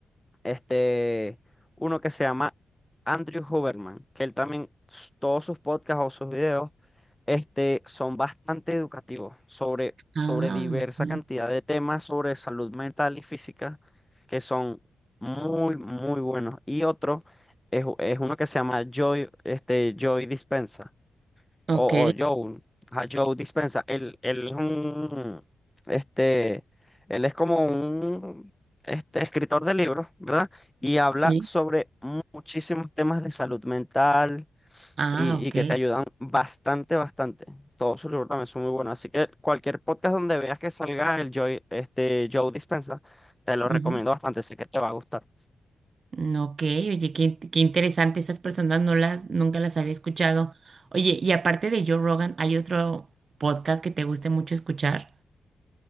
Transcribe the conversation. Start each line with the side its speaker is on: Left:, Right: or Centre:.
Centre: este, uno que se llama Andrew Huberman, que él también, s- todos sus podcasts o sus videos, este, son bastante educativos sobre, sobre
Right: Ah,
Centre: diversa
Right: ok.
Centre: cantidad de temas sobre salud mental y física, que son muy, muy buenos. Y otro es, es uno que se llama Joy, este, Joy Dispenza
Right: Ok,
Centre: o, o Joe, a Joe Dispenza, él, él es un, este, él es como un, este, escritor de libros, ¿verdad? Y habla
Right: Sí.
Centre: sobre muchísimos temas de salud mental
Right: Ah,
Centre: y,
Right: ok.
Centre: y que te ayudan bastante, bastante. Todos sus libros también son muy buenos. Así que cualquier podcast donde veas que salga el Joe, este, Joe Dispenza, te lo recomiendo
Right: Ujú.
Centre: bastante, sé que te va a gustar.
Right: Mm, Ok, oye, qué, qué interesante. Esas personas no las, nunca las había escuchado. Oye, y aparte de Joe Rogan, ¿hay otro podcast que te guste mucho escuchar?